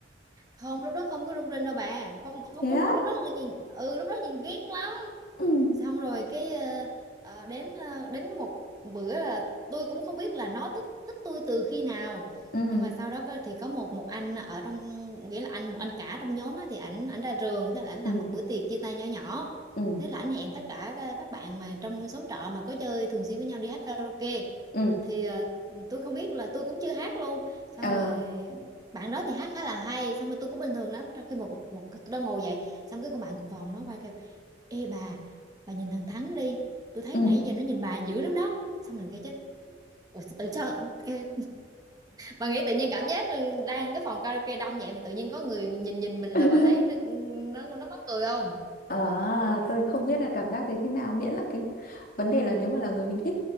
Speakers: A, on the right (about 20°); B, on the left (about 50°).
A: không lúc đó không có rung rinh đâu bà không không,
B: thế
A: không
B: á
A: lúc đó nhìn ừ lúc đó nhìn ghét lắm
B: ừ
A: xong rồi cái ờ, ờ, đến ờ, đến cái một bữa là tôi cũng không biết là nó thích thích tôi từ khi nào
B: ừ
A: nhưng mà sau đó có- thì có một một anh ở trong nghĩa là anh một anh cả trong nhóm á, thì ảnh ảnh ra trường thế là ảnh
B: ừ
A: làm một bữa tiệc chia tay nhỏ nhỏ
B: ừ
A: thế là ảnh hẹn tất cả các các bạn mà trong xóm trọ mà có chơi thường xuyên với nhau đi hát karaoke
B: ừ
A: thì ờ, tôi không biết là tôi cũng chưa hát luôn xong
B: ờ
A: rồi bạn đó thì hát khá là hay xong rồi tôi cũng bình thường lắm trong khi một một tôi đang ngồi dậy xong cái con bạn cùng phòng nó quay kêu Ê bà, bà nhìn thằng Thắng đi. Tôi thấy
B: ừ
A: nãy giờ nó nhìn bà dữ lắm đó. Xong mình kêu chứ, Ủa, tự cho cái... bà nghĩ tự nhiên cảm giác đang cái phòng karaoke đông vậy mà tự nhiên có người nhìn nhìn mình
B: <laughs>
A: là bà thấy nó nó nó mắc cười không?
B: ờ tôi không biết là cảm giác đấy thế nào miễn là cái vấn đề là nếu mà là người mình thích